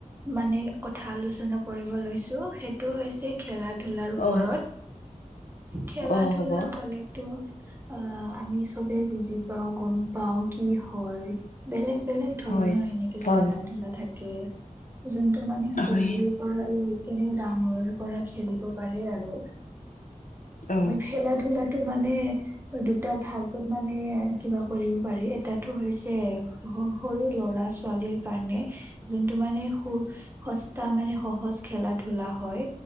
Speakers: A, on the right (about 15°); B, on the left (about 70°).
A: মানে ক কথা আলোচনা কৰিব লৈছোঁ সেইটো হৈছে খেলা ধুলাৰ ওপৰত।
B: অ
A: খেলা
B: অ
A: ধূলা
B: হ'ব
A: কলেতো আ, আমি চবেই বুজি পাও গ'ম পাও কি হয়, বেলেগ বেলেগ ধৰণৰ
B: হয়
A: এনেকে
B: হয়
A: খেলা ধুলা থাকে। কে যোনটো মানে সৰুৰেপৰা
B: হয়
A: লৈকেনে ডাঙৰ পৰা খেলিব পাৰে আৰু
B: অ
A: খেলা ধূলা টো মানে দুটা ভাগত মানে কিবা কৰিব পাৰি। এটাতো হৈছে সৰু ল'ৰা ছোৱালীৰ কাৰণে যোনটো মানে স-সস্তা মানে সহজ খেলা ধূলা হয়